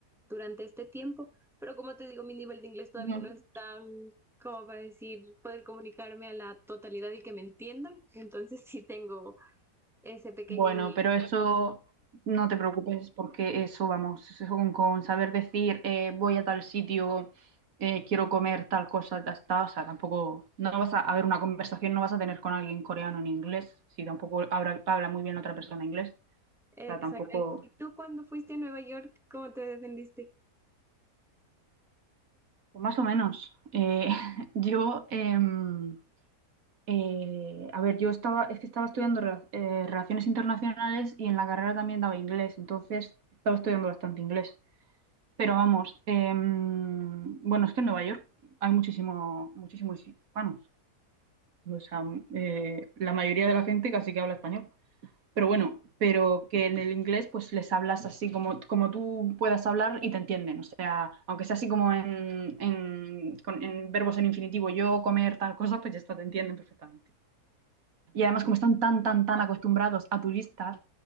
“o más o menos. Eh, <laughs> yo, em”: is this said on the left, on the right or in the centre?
Right